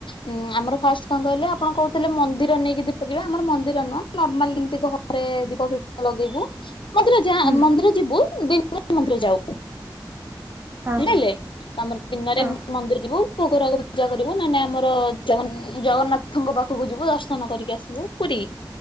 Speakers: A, on the left; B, on the right.
A: ଉଁ ଆମର ଫାଷ୍ଟ କଣ କହିଲେ ଆପଣ କହୁ ତାହେଲେ ମନ୍ଦିର ନେଇକି ଦୀପ ଯିବେ ଆମର ମନ୍ଦିର ନୁହଁ ନର୍ମାଲ ଯେମିତି ଘରେ ଦୀପଫିପ ଲଗେଇବୁ। ମନ୍ଦିର ଯା
B: ହୁଁ
A: ମନ୍ଦିର ଯିବୁ ବିଲକୁଲ୍ ମନ୍ଦିର ଯାଉ
B: ହଁ
A: ହେଲେ
B: ହଁ
A: ତଆମର ଦିନରେ
B: ହଁ।
A: ମନ୍ଦିର ଯିବୁ କୁକୁରକୁ ପୂଜା କରିବୁ ନହେଲେ ଆମର ଜଗନ ଜଗନ୍ନାଥଙ୍କ ପାଖକୁ ପାଖକୁ ଯିବୁ ଦର୍ଶନ କରିକି ଆସିବୁ ପୁରୀ।